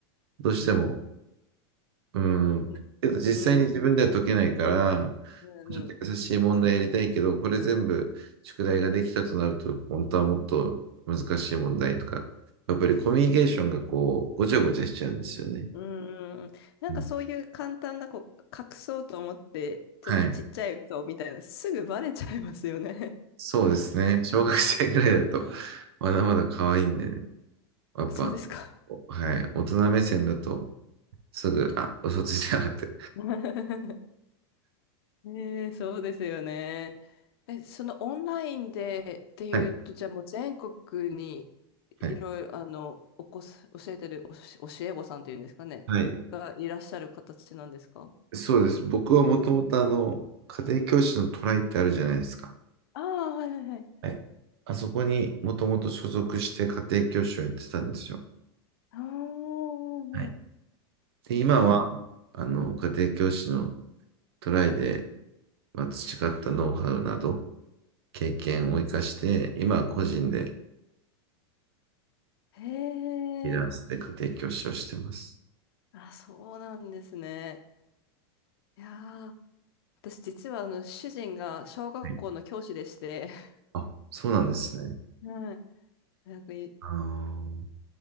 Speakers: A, on the right (about 70°); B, on the left (about 65°).
A: どうしてもうん。
B: うん。ねうん。
A: けど実際に自分では解けないから、
B: うんうん。
A: ちょっと優しい問題やりたいけど、これ全部宿題ができたとなると、本当はもっと難しい問題とか、やっぱりコミュニケーションがこう、ごちゃごちゃしちゃうんですよね。
B: うんうん。なんかそういう簡単なこう、
A: うん
B: 隠そうと思って、
A: はい。
B: ちょっとちっちゃい嘘みたいな、すぐバレちゃいますよね。
A: そうですね。小学生ぐらいだと、
B: うん。
A: まだまだ可愛いんでね。やっぱ、
B: そうですか。
A: はい。大人目線だと、すぐ、あ、嘘ついたなって。
B: <laughs> ねえ、そうですよね。え、そのオンラインでっていうと、
A: はい。
B: じゃあもう全国にいろいろ、
A: はい。
B: あの、おこす、教えてるおし教え子さんっていうんですかね、
A: はい。
B: がいらっしゃる形なんですか
A: そうです。僕はもともとあの、家庭教師のトライってあるじゃないですか。
B: ああ、はいはいはい。
A: はいあそこにもともと所属して家庭教師をやってたんですよ。
B: ああ、
A: はい。で、今は、
B: な、
A: あの、家庭教師のトライで、まあ、培ったノウハウなど、経験を生かして、今は個人で、
B: へ
A: フリーランスで家庭教師をしてます。
B: え、あ、そうなんですね。いやー、私実はあの、主人が小学校の教師でして、
A: はい
B: <laughs>
A: あ、そうなんですね。
B: はい。<laughs> なんかい
A: あー